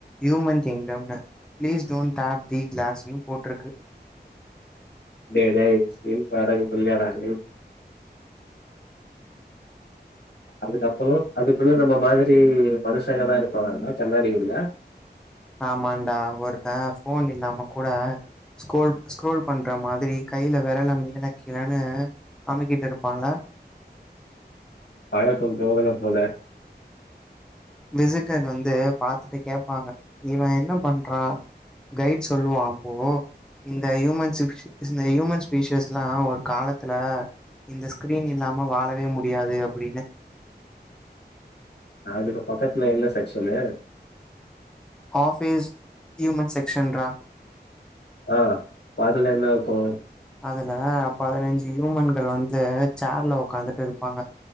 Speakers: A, in the centre; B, on the left.
A: யூமன் கிங்டம்ன்ன பிளீஸ் டோன்ட் டாப் தி கிளாஸ்னு போட்டுற்க்கு
B: டேய் டேய் ஸ்கிரீன் ஃபேடாயிடும் தெரியாதாடா டேய் அங்கு சத்துனுஸ் அதுக்குள்ள நம்ம மாதிரி மனுசங்கதா இருப்பாங்கா கண்ணாடி உள்ள
A: ஆமாண்டா ஒருத்தன் போன் இல்லாம கூட ஸ்கூரோல் ஸ்கூரோல் பண்ற மாதிரி கையில விரல மேல கிழனு அமிக்கிட்டு இருப்பான்ல
B: பழக்கம் போகல போல
A: விசிட்டர் வந்து பாத்துட்டு கேப்பாங்க இவன் என்ன பண்றான் கைட் சொல்லுவான் அப்போ இந்த ஹூமன் சிப்ஷு இந்த ஹியூமன் ஸ்பீசியஸ்லா ஒரு காலத்துல இந்த ஸ்கிரீன் இல்லாம வாழவே முடியாது அப்டின்னு
B: அதுக்கு பக்கத்துல என்ன செக்ஷன்னு
A: ஆஃப்பீஸ் ஹூமன் செக்ஷன் ரா
B: ஆ பாத்துகலாம் என்ன இப்போம்
A: அதுல பதினைஞ்சு ஹியூமன்கள் வந்து சேர்ல உட்காந்துட்டு இருப்பாங்க